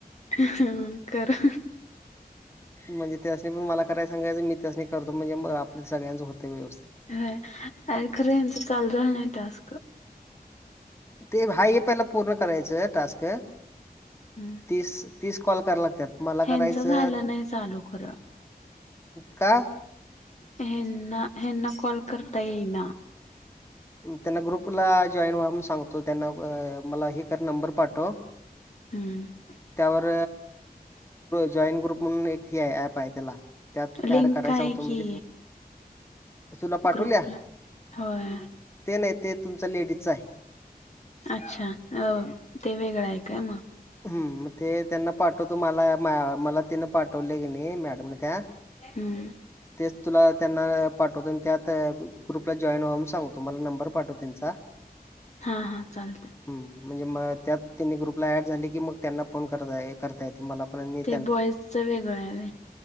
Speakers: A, on the left (about 45°); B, on the left (about 15°).
A: ह करा.
B: म्हणजे त्यासने पण मला कराय सांगायचं मी त्यासने करतो म्हणजे आपल्या सगळ्यांचं होतय व्यवस्थित,
A: ह अ खरं ह्याचं चालू झालं नाही टास्क.
B: ते हाय हे पहिला पूर्ण करायचं टास्क
A: हम्म
B: तीस तीस कॉल कराय लागतात मला
A: ह्यांचं
B: करायचं, झालं नाही चालु
A: चालू खरं
B: का?
A: ह्यांना ह्यांना कॉल करता येईना,
B: त्यांना ग्रुपला जॉईन व्हा म्हण सांगतो त्यांना मला हे कर नंबर पाठव
A: हम्म
B: त्यावर जॉईट ग्रुप म्हणून एक हे आहे ऍप आहे त्याला त्यात
A: लिंक
B: ऍड कराय
A: आहे
B: सांगतो म्हणजे
A: की
B: तुला पाठवल्या
A: ग्रुपला होय.
B: ते नाही ते तुमच्या लेडीजच आहे.
A: अच्छा अ ते वेगळां आहे काय मग?
B: हम् ते त्यांना पाठवतो मला मला तिन पाठवले कणी मॅडमन त्या
A: हम्म.
B: तेच तुला त्यांना पाठवतो आणि त्यात ग्रुपला जॉईन व्हा म्हणून सांगतो मला नंबर पाठव त्यांचा.
A: हा हा चालतं.
B: ह म्हणजे म त्यात तिन्ही ग्रुपला ऍड झाली की मग त्यांना फोन करता करता येते मला पण आणि
A: ते बॉईजच वेगळं आहे होय?